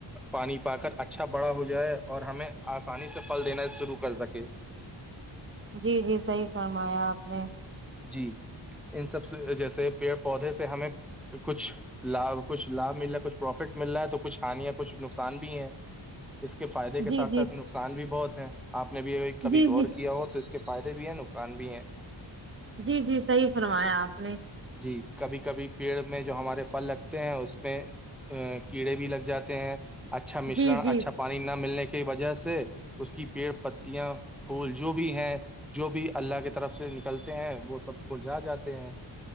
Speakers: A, in the centre; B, on the right.
A: پانی پا کر اچھا بڑا ہو جائے اور ہمیں آسانی سے پھل دینا شروع کر سکے
B: جی جی صحیح فرمایا آپ نے
A: جی ان سب سے جیسے پیڑ پودے سے ہمیں کچھ لابھ کچھ لابھ مل رہا ہے کچھ پروفٹ مل رہا ہے تو کچھ کانیا کچھ نقصان بھی ہیں اس کے فائدے کے
B: جی
A: ساتھ
B: جی
A: ساتھ نقصان بھی بہت ہے آپ نے بھی کبھی
B: جی
A: غور
B: جی
A: کیا ہو تو اس کے فائدے بھی ہے نقسان بھی ہیں
B: جی جی صحیح فرمایا آپ نے
A: جی کبھی کبھی پیڑ میں جو ہمارے پھل لگتے ہیں اس میں ا کیڑے بھی لگ جاتے ہیں اچھا مشرن
B: جی جی
A: اچھا پانی نہ ملنے کی وجہ سے اس کی پیڑ پتیاں پھول جو بھی ہیں جو بھی اللہ کی طرف سے نکلتے ہیں وہ سب برجھا جاتے ہیں